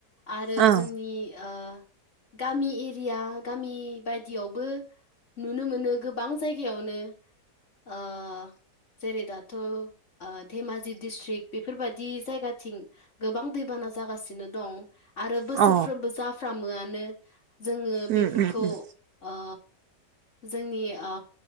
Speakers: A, on the left; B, on the right.
A: आरो
B: औ
A: जोंनि ओ गामि एरिया गामि बायदियावबो नुनो मोनो गोबां जायगायावनो आ जेरै दा थ' ओ धेमाजि दिस्ट्रिक् बेफोरबादि जायगाथिं गोबां दैबाना जागासिनो दं आरो बोसोरफ्रोमबो
B: औ
A: जाफ्रामोआनो जोङो
B: उम
A: बेफोरखौ
B: उम
A: ओ जोंनि ओ